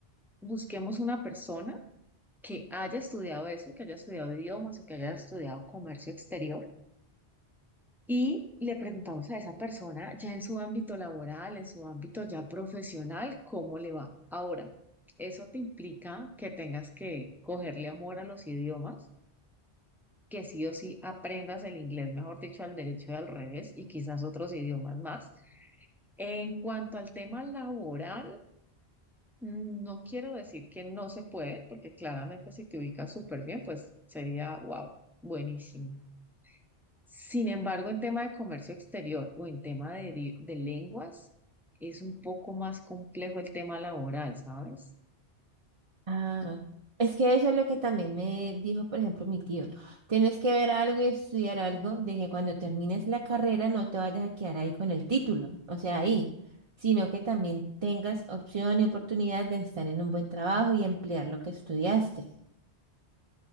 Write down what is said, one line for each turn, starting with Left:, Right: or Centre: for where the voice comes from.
Centre: busquemos una persona que haya estudiado eso, que haya estudiado idiomas o que haya estudiado comercio exterior. Y le preguntamos a esa persona ya en su ámbito laboral, en su ámbito ya profesional, cómo le va. Ahora, eso te implica que tengas que cogerle amor a los idiomas que sí o sí aprendas el inglés, mejor dicho, al derecho y al revés y quizás otros idiomas más. En cuanto al tema laboral, mm, no quiero decir que no se puede, porque claramente si te ubicas súper bien, pues sería, wow, buenísimo. Sin embargo, en tema de comercio exterior o en tema de, di- de lenguas, es un poco más complejo el tema laboral, ¿sabes?
Right: Ah, es que eso es lo que también me dijo, por ejemplo, mi tío. Tienes que ver algo y estudiar algo de que cuando termines la carrera no te vayas a quedar ahí con el título, o sea, ahí, sino que también tengas opción y oportunidad de estar en un buen trabajo y emplear lo que estudiaste.